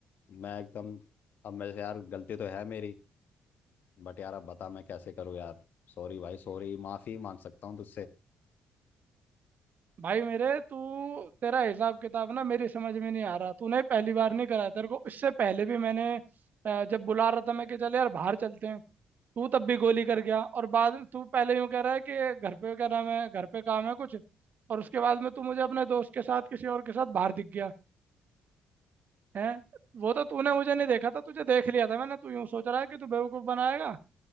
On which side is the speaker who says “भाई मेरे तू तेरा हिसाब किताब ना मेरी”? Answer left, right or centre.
Right